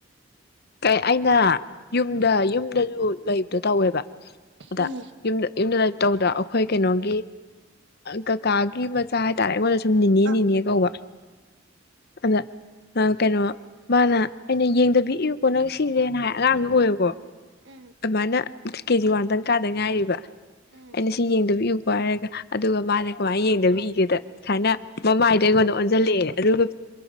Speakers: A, on the left; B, on the right.
A: ꯀꯩ ꯑꯩꯅ ꯌꯨꯝꯗ ꯌꯨꯝꯗꯁꯨ ꯂꯩꯕꯗ ꯇꯧꯋꯦꯕ ꯑꯗ
B: ꯎꯝ
A: ꯌꯨꯝꯗ ꯌꯨꯝꯗ ꯂꯩ ꯇꯧꯕꯗ ꯑꯩꯈꯣꯏ ꯀꯩꯅꯣꯒꯤ ꯀꯀꯥꯒꯤ ꯃꯆꯥꯥ ꯍꯥꯏꯇꯔꯦ ꯑꯩꯉꯣꯟꯗ ꯁꯨ ꯁꯨꯝ ꯅꯤꯅꯦ
B: ꯑ
A: ꯅꯤꯅꯦ ꯀꯧꯕ ꯑꯗ ꯑ ꯀꯩꯅꯣ ꯃꯥꯅ ꯑꯩꯅ ꯌꯦꯡꯗꯕꯤ ꯀꯅ ꯁꯤꯁꯦꯅ ꯍꯥꯏ ꯑꯉꯥꯡꯗꯨ ꯑꯣꯏꯌꯦꯕꯀꯣ
B: ꯎꯝ
A: ꯑꯃꯥꯏꯅ ꯀꯦꯖꯤ ꯋꯥꯟꯗꯪ ꯀꯥꯗ ꯉꯥꯏꯔꯤꯕ
B: ꯎꯝ
A: ꯑꯩꯅ ꯁꯤ ꯌꯦꯡꯗꯕꯤ ꯏꯌꯨꯀꯣ ꯍꯥꯏꯔꯒ ꯑꯗꯨꯒ ꯃꯥꯅꯦ ꯀꯃꯥꯏꯅ ꯌꯦꯡꯗꯕꯤ ꯏꯒꯦꯗ ꯁꯨꯃꯥꯏꯅ ꯃꯃꯥꯏꯗꯨ ꯑꯩꯉꯣꯟꯗ ꯑꯣꯟꯁꯤꯜꯂꯛꯑꯦ ꯑꯗꯨꯒ